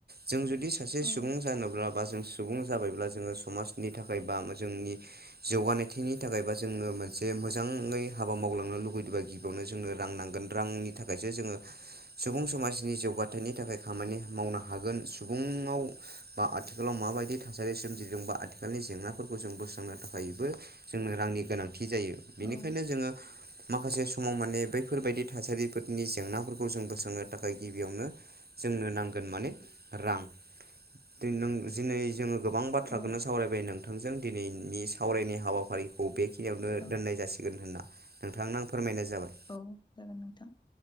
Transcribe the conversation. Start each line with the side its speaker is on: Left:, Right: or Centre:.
Right: जों जुदि सासे
Left: औ
Right: सुबुं जानोब्ला बा जों सुबुं जाबायब्ला जोङो समाजनि थाखाय बा जोंनि जौगानायथिनि थाखाय बा जोङो मोनसे मोजाङै हाबा मावलांनो लुुबैयोबा गिबियावनो जोंनो रां नांगोन। रांनि थाखायसो जोङो सुबुं समाजनि जौगाथायनि थाखाय खामानि मावनो हागोन सुबुंआव बा आथिखालाव माबायदि थासारि सोमजियो जोंबा आथिखालनि जेंनाफोरखौ जों बोस्रांनो थाखायबो जोंनो रांनि गोनांथि जायो बेनिखायनो
Left: औ
Right: जोङो माखासे समाव माने बैफोरबायदि थासारिफोरनि जेंनाफोरखौ जों बोस्रांनो थाखाय गिबियावनो जोंनो नांगोन माने रां। दिनों जिनै जोङो गोबां खोथाखौनो
Left: औ
Right: सावरायबाय नोंथांजों दिनैनि सावरायनाय हाबाफारिखौ बे बखिनियावनो
Left: औ
Right: दोननाय जासिगोन होना नोंथां आं फोरमायनाय जाबाय।
Left: औ जागोन नोंथां